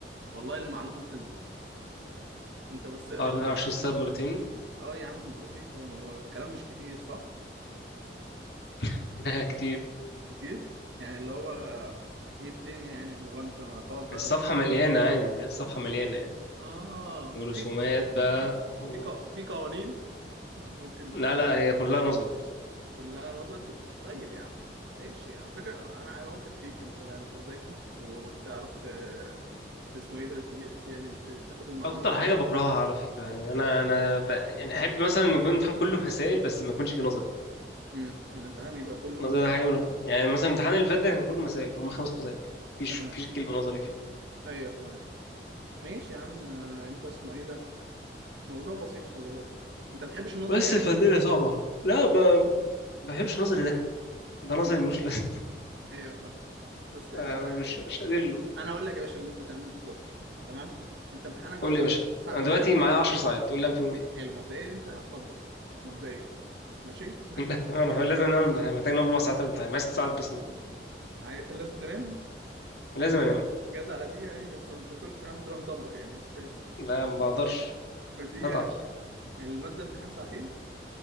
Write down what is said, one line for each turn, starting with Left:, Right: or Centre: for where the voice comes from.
Right: والله المعلومة بتثبت انت بس اقرا
Left: اه
Right: ال...
Left: 120 سلايد مرتين
Right: اه يا عم بسيط هو هو الكلام مش كتير صح
Left: <laughs> لا كتير
Right: كتير يعني اللي هو ايه الدنيا يعني اللي هو انت هتقعد بقى
Left: الصفحه مليانه يعني الصفحه مليانه يعني
Right: اه
Left: ورسومات
Right: في
Left: بقى
Right: في
Left: و...
Right: في قو- في قوانين <laughs> ممكن
Left: لا
Right: ت-
Left: لا هي كلها نظري
Right: كلها نظري طيب يا عم ماشي على فكرة أنا أنا واثق فيك أنت أنت ذكي وبتعرف ت... ت- اسمه إيه ده دي- يعني ت- تاخد المعلومة
Left: اكتر حاجه
Right: وت-
Left: بكرهها على فكره يعني انا انا ب... يعني احب مثلا يكون الامتحان كله مسائل بس ما يكونش فيه نظري
Right: مم. الامتحان يبقى كله
Left: النظري
Right: مساء
Left: ده حاجه من... يعني مثلا الامتحان اللي فات ده كان كله مسائل هم خمس مسائل مفيش
Right: تمام
Left: مفيش كلمه نظري فيه
Right: أيوه تمام ماشي يا عم آه، أنت اسمه إيه ده موضوع بسيط خلي بالك أنت ما بتحبش النظر
Left: بس
Right: يعني؟
Left: فالدنيا صعبه لا ب... ما بحبش النظري ده ده
Right: امم
Left: نظري ملوش لازمه
Right: أيوه فاهم
Left: <laughs>
Right: بس قشطة
Left: آه،
Right: يعني
Left: مش مش قادر له
Right: أنا هقول لك يا باشا اللي أنت تعمله بالظبط تمام أنت امتحانك
Left: قول
Right: بكرة
Left: لي يا باشا
Right: الساعة
Left: انا
Right: 8
Left: دلوقتي معايا 10 ساعات تقول لي انام فيهم ايه
Right: حلو مبدئيا أنت هتطبق مبدئيا ماشي
Left: <laughs> لا انا لازم انام الامتحان محتاج انام اربع ساعات من الامتحان معايا ست ساعات بس من دلوقتي
Right: عاي... لازم تنام
Left: لازم
Right: يعني
Left: انام
Right: جت على دي يعني انت انت كل امتحان بتروح مطبق يعني مش فاهم
Left: لا ما بقدرش
Right: فدي
Left: هتعب
Right: يعني عش... يعني المادة امتحان ساعتين